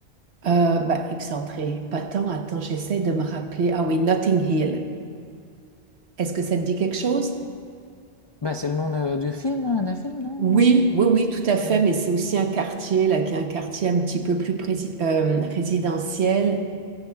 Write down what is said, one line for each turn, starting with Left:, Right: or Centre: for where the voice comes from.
Right: Euh, bah, excentré, pas tant. Attends, j'essaie de me rappeler. Ah oui, Notting Hill. Est-ce que ça te dit quelque chose?
Left: Bah, c'est le nom de- du film, hein, d'un film, non?
Right: Oui, oui, oui, tout à fait,
Left: Ouais.
Right: mais c'est aussi un quartier, là, qui est un quartier un petit peu plus prési- euh, résidentiel,